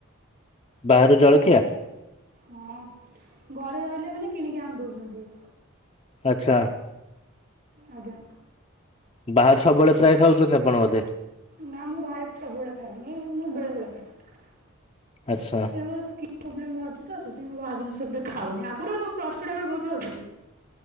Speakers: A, on the left (about 30°); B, on the right (about 45°).
A: ବାହାରୁ ଜଳଖିଆ?
B: ହଁ। ଘରେ ରହିଲେ ମାନେ କିଣିକି ଆଣଦୋଉଚନ୍ତି।
A: ଆଚ୍ଛା।
B: ଆଜ୍ଞା।
A: ବାହାରୁ ସବୁବେଳେ ପ୍ରାୟ ଖାଉଛନ୍ତି ଆପଣ ବୋଧେ?
B: ନାଁ ମୁଁ ବାହାରେ ସବୁବେଳେ ଖାଏନି ଏ ମୁଁ ବେଳେ ବେଳେ ଖାଏ।
A: ଆଚ୍ଛା।
B: ତା ମୋ ସ୍କିନ୍ ପ୍ରୋବ୍ଲେମ୍ ବାହାରୁଚି ତ ସେଇଥିପାଇଁ ମୁଁ ବାହାର ଜିନିଷ ଏବେ ଖାଉନି ଆଗରୁ ନୁ ମୁଁ ପ୍ଲସ୍ ଟୁ ଟାଇମ୍ ରେ ବୋହୁତ ଖାଉଥିଲି।